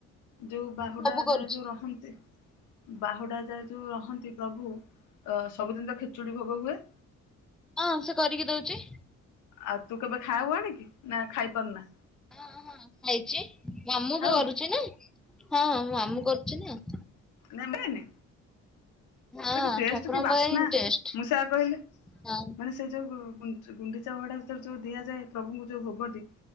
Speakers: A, on the left; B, in the centre.
A: ଯୋଉ ବାହୁଡା
B: ସବୁ କରୁଛି।
A: ଯାଏ ଯୋଉ ରହନ୍ତି ବାହୁଡା ଯାଏ ଯୋଉ ରହନ୍ତି ପ୍ରଭୁ, ଅ ସବୁଦିନ ତ ଖେଚୁଡି ଭୋଗ ହୁଏ?
B: ହଁ, ସିଏ କରିକି ଦଉଛି।
A: ଆଉ ତୁ କେବେ ଖାଉ ଆଣିକି ନା ଖାଇପାରୁନା?
B: ହଁ ହଁ ଖାଇଛି। ମାମୁଁ
A: ଖାଉ
B: କରୁଛି ନା, ହଁ ମୋ ମାମୁଁ କରୁଛି ନା
A: ନେଁବେନି?
B: ହଁ
A: ସେଇଟା କି ଟେଷ୍ଟ,
B: ଠାକୁରଙ୍କ
A: କି ବାସ୍ନା।
B: ପାଇଁ ଟେଷ୍ଟ
A: ମୁଁ ସେୟା କହିଲି
B: ହଁ
A: ମାନେ ସେ ଯୋଉ ଗୁଣ୍ଡିଚା-ଗୁଣ୍ଡିଚା ଭଡା ଭିତରେ ଯୋଉ ଦିଆଯାଏ ପ୍ରଭୁଙ୍କୁ ଯୋଉ ଭୋଗଟି,